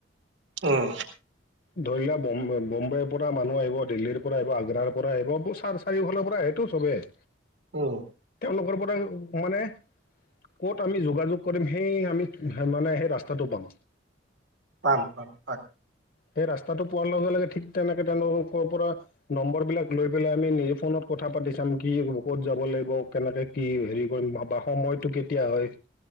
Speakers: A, on the right; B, on the left.
A: উম,
B: ধৰি লোৱাম বম্বেৰ পৰা মানুহ আহিব দিল্লীৰ পৰা আহিব আগ্ৰাৰ পৰা আহিব। চাৰ চাৰিওফালৰ পৰা আহেটো চবেই।
A: উম।
B: লগৰ পৰা হোৱা নে ক'ত আমি যোগাযোগ কৰিম সেই আমি মানে সেই ৰাস্তাটো পাম।
A: পাম পাম হয়।
B: সেই ৰাস্তাটো পোৱাৰ লগে লগে ঠিক তেনেকে তেওঁলোকৰ পৰা নম্বৰ বিলাক লৈ পেলাই আমি নিজে ফোনত। কথা পাতি চাম কি ক'ত যাব লাগিব কেনেকে কি হেৰি কৰিম বা সময়টো কেতিয়া হয়।